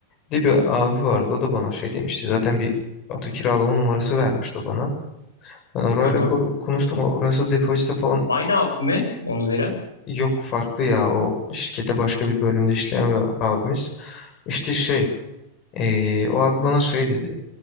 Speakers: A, on the left (about 35°); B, on the left (about 80°).
A: Bir de bir abi vardı o da bana şey demişti. Zaten bir oto kiralama numarası vermişti o bana. Ben orayla
B: Aha.
A: kur- konuştum. Orası depozito falan
B: Aynı abi mi onu veren?
A: yok farklı ya. O şirkette başka bir bölümde işleyen bir abimiz. İşte şey, eee, o abi bana şey dedi.